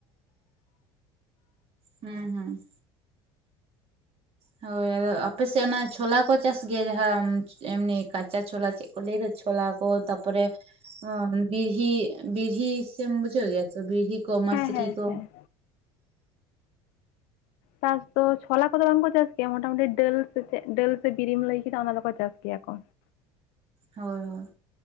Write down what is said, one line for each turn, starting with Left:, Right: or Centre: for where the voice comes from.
Right: ᱦᱩᱸ, ᱦᱩᱸ᱾ ᱦᱳᱭ, ᱟᱫᱚ ᱟᱯᱮᱥᱮᱫ ᱚᱱᱟ ᱪᱷᱳᱞᱟ ᱠᱚ ᱪᱟᱥ ᱜᱮᱭᱟ᱾ ᱡᱟᱦᱟᱸ ᱮᱢᱱᱤ ᱠᱟᱸᱪᱟ ᱪᱷᱳᱞᱟ ᱪᱮᱫ ᱠᱚ ᱞᱟᱹᱭ ᱠᱚ ᱪᱷᱚᱞᱟ ᱠᱚ ᱛᱟᱨᱯᱚᱨᱮ ᱚ ᱵᱤᱲᱦᱤ ᱵᱤᱲᱦᱤ ᱥᱮᱢ ᱵᱩᱡᱷᱟᱹᱣ ᱜᱮᱭᱟ, ᱵᱤᱲᱦᱤ ᱠᱚ, ᱢᱟᱥᱨᱤ
Left: ᱦᱮᱸ ᱦᱮᱸ
Right: ᱠᱚ,
Left: ᱦᱮᱸ ᱪᱟᱥ ᱫᱚ ᱪᱷᱚᱞᱟ ᱠᱚᱫᱚ ᱵᱟᱝ ᱠᱚ ᱪᱟᱥ ᱜᱮᱭᱟ᱾ ᱢᱚᱴᱟ-ᱢᱩᱴᱤ ᱰᱟᱹᱞ ᱥᱮ ᱪᱮᱫ ᱰᱟᱹᱞ ᱥᱮ ᱵᱮᱨᱮᱢ ᱞᱟᱹᱭ ᱠᱮᱫᱟ? ᱚᱱᱟ ᱫᱚᱠᱚ ᱪᱟᱥ ᱜᱮᱭᱟ ᱠᱚ᱾
Right: ᱦᱳᱭ, ᱦᱳᱭ᱾